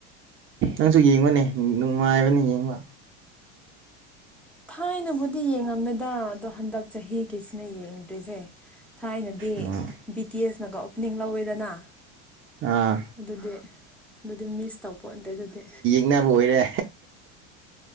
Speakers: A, on the right (about 35°); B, in the centre.
A: ꯑ ꯁꯨ ꯌꯦꯡꯕꯅꯦ ꯅꯨꯡꯉꯥꯏꯕꯅꯦ ꯌꯦꯡꯕ
B: ꯊꯥꯏꯅꯕꯨꯗꯤ ꯌꯦꯡꯉꯝꯃꯦꯗ ꯑꯗꯣ ꯍꯟꯗꯛ ꯆꯍꯤꯒꯤꯁꯤꯅ ꯌꯦꯡꯗ꯭ꯔꯤꯁꯦ ꯊꯥꯏꯅꯗꯤ
A: ꯑꯥ
B: ꯕꯤ ꯇꯤ ꯑꯦꯁ ꯅꯒ ꯑꯣꯄꯅꯤꯡ ꯂꯧꯋꯦꯗꯅ
A: ꯑꯥ
B: ꯑꯗꯨꯗꯤ ꯑꯗꯨꯗꯤ ꯃꯤꯁ ꯇꯧꯄꯣꯑꯟꯗꯦ ꯑꯗꯨꯗꯤ
A: ꯏꯕꯨ ꯑꯣꯏꯔꯦ